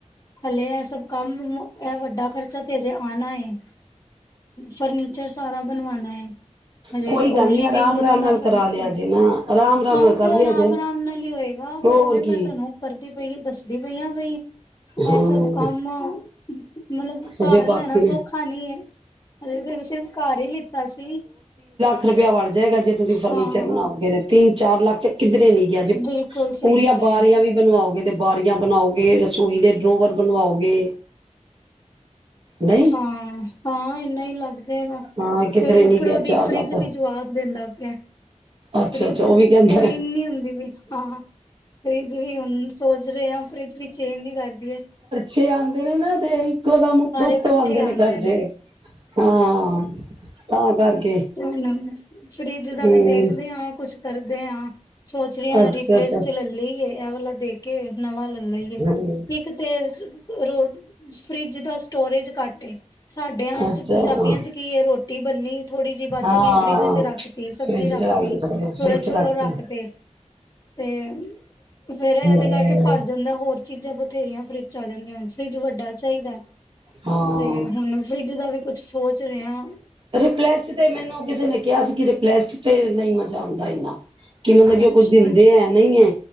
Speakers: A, on the left; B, on the right.
A: ਹਲੇ ਇਹ ਸਭ ਕੰਮ, ਇਹ ਵੱਡਾ ਖਰਚਾ ਤੇ ਹਜੇ ਆਣਾ ਏ। ਫਰਨੀਚਰ ਸਾਰਾ ਬਣਵਾਨਾ ਐ, ਹਜੇ
B: ਕੋਈ
A: ਉਹ
B: ਗੱਲ
A: ਲਿਵਿੰਗ
B: ਨੀ ਆਰਾਮ
A: ਰੂਮ
B: ਆਰਾਮ
A: ਦਾ
B: ਨਾਲ
A: ਫਰਨੀਚਰ
B: ਕਰਾ ਲਿਆ ਜੇ ਨਾ ਆਰਾਮ ਆਰਾਮ
A: ਹਾਂ
B: ਨਾਲ
A: ਉਹ
B: ਕਰ
A: ਤੇ
B: ਲਿਆ
A: ਆਰਾਮ-ਆਰਾਮ
B: ਜੇ
A: ਨਾਲ ਹੀ ਹੋਏਗਾ
B: ਹੋਰ
A: ਪਰ, ਉਵੇ ਮੈਂ
B: ਕੀ
A: ਤੁਹਾਨੂੰ ਕਰਦੀ ਪਈ ਦੱਸਦੀ ਪਈ ਆ ਬਈ ਇਹ
B: ਹਾਂ
A: ਸਭ ਕੰਮ ਮਤਲਬ ਘਰ
B: ਹਜੇ ਬਾਕੀ
A: ਲੈਣਾ ਸੌਖਾ
B: ਨੇ
A: ਨੀ ਏ। ਅਜੇ ਸਿਰਫ ਘਰ ਹੀ ਲਿੱਤਾ ਸੀ
B: ਕਿਰਪਿਆ ਵ ਏਗਾ ਜੇ ਤੁਸੀਂ ਫਰਨੀਚਰ
A: ਹਾਂ।
B: ਬਣਾਓਗੇ ਤੇ ਤਿੰਨ ਚਾਰ-ਲੱਖ ਤੇ ਕਿੱਧਰੇ ਨੀ ਗਿਆ ਜੇ
A: ਬਿਲਕੁਲ ਸਹੀ
B: ਪੂਰੀਆਂ
A: ਗੱਲ
B: ਬਾਰੀਆਂ
A: ਏ
B: ਵੀ ਬਣਵਾਓਗੇ ਤੇ ਬਾਰੀਆਂ ਬਣਾਓ ਗੇ ਰਸੋਈ ਦੇ ਡਰੋਵਰ ਬਣਵਾਓਗੇ। ਨਹੀਂ
A: ਹਾਂ। ਹਾਂ, ਇੰਨਾ ਹੀ ਲੱਗਦਾ ਗਾ ਫੇਰ
B: ਹਾਂ ਕਿਧਰੇ
A: ਉੱਪਰੋਂ
B: ਨੀ ਗਿਆ ਚਾਰ
A: ਦੀ, ਫਰਿਜ
B: ਲੱਖ
A: ਵੀ ਜਵਾਬ ਦੇਂਦਾ ਪਿਆ। ਫਰਿੱਜ
B: ਅੱਛਾ ਅੱਛਾ ਉਹ ਵੀ ਕਹਿੰਦਾ
A: ਕੂਲਿੰਗ ਨਹੀਂ ਹੁੰਦੀ ਪਈ ਹਾਂ, ਫਰਿਜ ਵੀ ਹੁਣ ਸੋਚ ਰਹੇ ਆ, ਫਰਿੱਜ ਵੀ ਚੇਂਜ ਹੀ ਕਰਦੀ ਹੈ।
B: ਛੇ ਆਉਂਦੇ ਨੇ ਨਾ, ਤੇ ਥੋੜ੍ਹਾ ਮੋਟੇ
A: ਇਕੱਠੇ
B: ਤੋਂ ਆਂਦੇ
A: ਆਉਂਦੇ
B: ਨੇ ਖਰਚੇ ਹਾਂ ਤਾਂ ਕਰਕੇ
A: ਹੂੰ ਫਰਿਜ ਦਾ
B: ਹਮ
A: ਵੀ ਦੇਖਦੇ ਹਾਂ ਕੁਛ ਕਰਦੇ ਹਾਂ ਸੋਚ ਰਹੀ ਹ
B: ਅੱਛਾ
A: ਰੀਪਲੇਸ
B: ਅੱਛਾ
A: ਚ ਲੈ ਲਈਏ ਇਹ ਵਾਲਾ ਦੇਖ ਕੇ ਨਵਾਂ ਲੈ ਲਈਏ
B: ਹਮ
A: ਇੱਕ ਤੇ ਔਰ ਫਰਿੱਜ ਦਾ ਸਟੋਰੇਜ ਘੱਟ ਸਾਡਿਆਂ ਚ
B: ਅੱਛਾ
A: ਪੰਜਾਬੀਆਂ ਚ ਕੀ ਹੈ ਰੋਟੀ ਬੰਨੀ ਥੋੜ੍ਹੀ ਜਿਹੀ ਬਚ
B: ਹਾਂ
A: ਗਈ ਫਰਿੱਜ ਚ ਰੱਖ ਤੀ ਸਬਜ਼ੀ
B: ਫਰਿੱਜ
A: ਰੱਖਤੀ
B: ਚ ਰੱਖ ਦੋ ਸਕਦੇ
A: ਥੋੜੇ
B: ਫਰਿੱਜ ਚ
A: ਚੋਲ
B: ਰੱਖਦੇ
A: ਰੱਖ ਤੇ ਤੇ ਫੇਰ ਇਹਦੇ
B: ਹਮ
A: ਕਰਕੇ ਭਰ ਜਾਂਦਾ ਹੋਰ ਚੀਜ਼ਾਂ ਬਥੇਰੀਆਂ ਫਰਿੱਜ ਚ ਆ ਜਾਂਦੀਆਂ ਫਰਿੱਜ ਵੱਡਾ ਚਾਹੀਦਾ
B: ਹਾਂ
A: ਤੇ ਹੁਣ ਫਰਿੱਜ ਦਾ ਵੀ ਕੁ ਸੋਚ ਰਿਹਾ
B: ਰਿਪਲੇਸ ਤੇ ਮੈਨੂੰ ਕਿਸੇ ਨੇ ਕਿਹਾ ਸੀ ਕਿ ਰਿਪਲੇਸਟ ਤੇ ਨਹੀਂ ਮਚ ਹੁੰਦਾ ਐਨਾ ਕਿ ਮਤਲਬ ਕਿ ਉਹ
A: ਅੱਛਾ।
B: ਕੁੱਝ ਦਿੰਦੇ ਹੈ ਨਹੀਂ ਹੈ